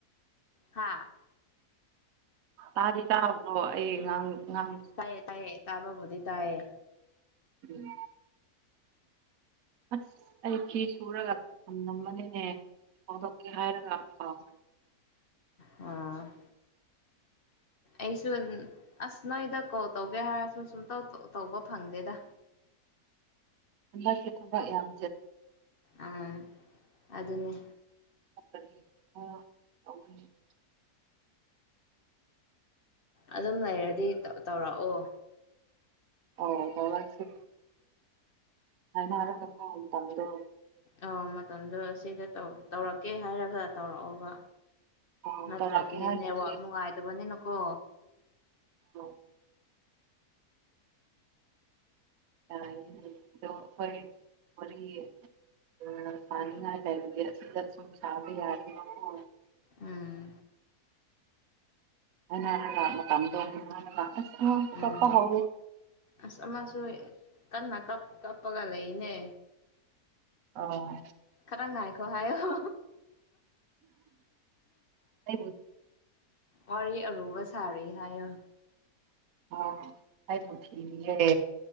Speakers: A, on the left; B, on the right.
A: ꯍꯥꯥ
B: ꯇꯥꯗꯤ ꯇꯥꯕ꯭ꯔꯣ ꯑꯩ ꯉꯥꯡ ꯉꯥꯡ
A: ꯇꯥꯏꯌꯦ ꯇꯥꯢꯌꯦ ꯇꯥꯕꯕꯨꯗꯤ ꯇꯥꯢꯌꯦ
B: ꯎꯝ ꯑꯁ ꯑꯩ ꯐꯤ ꯁꯨꯔꯒ ꯊꯝꯂꯝꯕꯅꯤꯅꯦ ꯐꯥꯎꯗꯣꯛꯀꯦ ꯍꯥꯏꯔꯒ ꯀꯥꯎ
A: ꯑꯝ ꯑꯩꯁꯨ ꯑꯁ ꯅꯣꯏꯗ ꯀꯣꯜ ꯇꯧꯒꯦ ꯍꯥꯏꯔꯁꯨ ꯁꯨꯝ ꯇꯧꯕ ꯐꯪꯗꯦꯗ
B: ꯍꯟꯗꯀꯤ <unintelligible> ꯊꯕꯛ ꯌꯥꯝ
A: ꯑꯥ ꯑꯗꯨꯅꯦ
B: ꯁꯈꯔꯤ ꯇꯏ <inaudible>
A: ꯑꯗꯨꯝ ꯂꯩꯔꯗꯤ ꯇꯧꯔꯛꯑꯣ
B: ꯑꯣ ꯇꯧꯔꯛꯒꯦ ꯍꯥꯏꯔꯒꯣ ꯃꯇꯝꯗꯣ
A: ꯑ ꯃꯇꯝꯗꯣ ꯁꯤꯗ ꯇꯧꯔꯛꯀꯦ ꯍꯥꯏꯔꯒ ꯇꯧꯔꯛꯑꯣꯕ
B: ꯑꯧ
A: ꯅꯠꯇ꯭ꯔꯗꯤ
B: ꯇꯧꯔꯛꯀꯦ ꯍꯥꯏꯁꯤ
A: ꯅ‌ꯦꯠꯋꯥꯛ ꯅꯨꯉꯥꯏꯇꯕꯅꯤꯅ ꯀꯣ
B: ꯑꯣ ꯌꯥꯅꯦꯗꯣ ꯑꯩꯈꯣꯏ ꯃ <unintelligible> ꯁꯥꯅꯣꯡꯉꯥꯢ ꯂꯩꯔꯗꯤ ꯁꯤꯗ ꯑꯗꯨꯝ ꯁꯥꯕ ꯌꯥꯢꯗꯅꯒꯣ
A: ꯎꯝ
B: ꯑꯩꯅ ꯂꯥꯛ <unintelligible> ꯃꯇꯝꯗꯣꯄ
A: ꯎꯝ
B: ꯍꯧꯎ
A: ꯑꯁ ꯑꯃꯁꯨ ꯀꯟꯅ ꯀꯞ ꯀꯞꯄꯒ ꯂꯩꯅꯦ
B: ꯑꯧ
A: ꯈꯔ ꯉꯥꯏꯈꯣ ꯍꯥꯏꯌꯣ
B: ꯑꯩꯕꯨ
A: ꯋꯥꯔꯤ ꯑꯔꯨꯕ ꯁꯥꯔꯤ ꯍꯥꯏꯌꯣ
B: ꯑꯣ ꯑꯩꯕꯨ ꯊꯤꯔꯤꯌꯦ